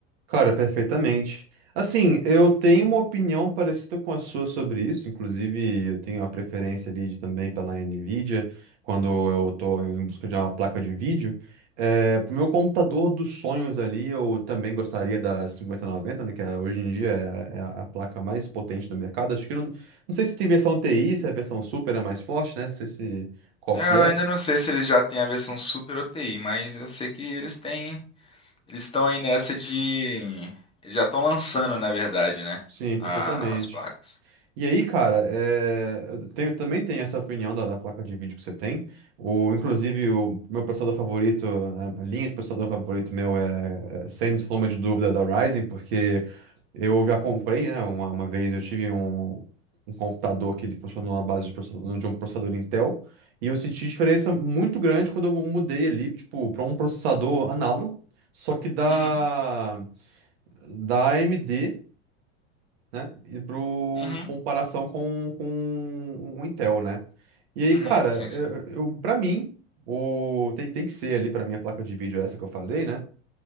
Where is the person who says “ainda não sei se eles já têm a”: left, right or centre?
Left